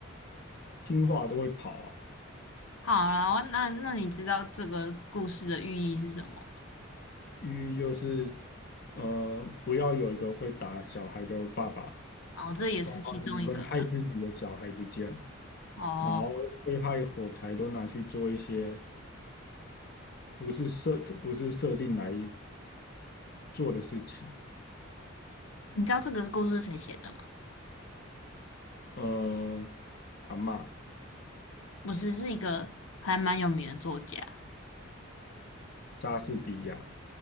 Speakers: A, on the left (about 50°); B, on the left (about 85°).
A: 听话都会跑啊。
B: 好啦，我那那你知道这个故事的寓意是什么吗？
A: 寓意就是，呃，不要有一个会打小孩的爸爸，
B: 哦，这也是其中一个啦。
A: 包括你会害自己的小孩不见，
B: 哦，
A: 然后会害火柴都拿去做一些不是设不是设定来做的事情。
B: 你知道这个故事是谁写的吗？
A: 呃，阿嬷，
B: 不是，是一个还蛮有名的作家，
A: 莎士比亚